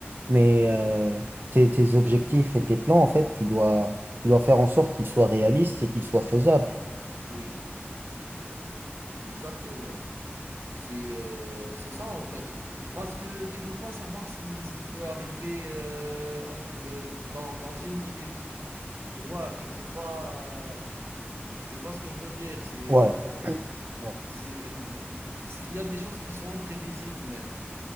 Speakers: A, on the right; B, on the right.
A: mais euh, tes, tes objectifs et tes plans, en fait, tu dois, tu dois faire en sorte qu'ils soient réalistes et qu'ils soient faisables.
B: Oui. Exactement. C'est heu, c'est ça en fait. Parce que tu peux pas savoir ce qui ce qui peut arriver, heu, entre, heu, dans dans une minute. Tu vois? Tu peux pas, heu, tu vois ce que je veux dire? C'est,
A: Ouais,
B: heu,
A: ouais,
B: c'est, heu, c'est il y a des choses qui sont imprévisibles même.